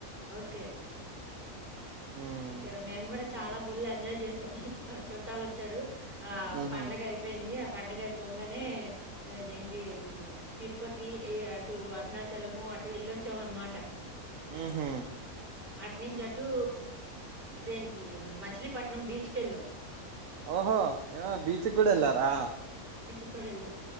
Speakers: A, on the right (about 35°); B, on the right (about 65°).
A: ఓకే
B: హ్మ్
A: ఇక్కడ మేము కూడా చాలా ఫుల్ ఎంజాయ్ చేసాం చుట్టాలు వచ్చా వచ్చారు ఆ
B: ఊహూ
A: పండగ అయిపోయింది పండగయిపోంగానే ఇదిఏంటి తిరుపతి ఏ అటు అరుణాచలము పాటు వెళ్ళొచ్చాం అన్నమాట
B: ఊహా
A: అటి నుంచి అటు ఇదేంటి మచిలీపట్నం బీచ్కెళ్ళాం
B: ఓహో ఏవ బీచ్కి కూడా ఎల్లారా
A: క్కడ వెళ్ళాం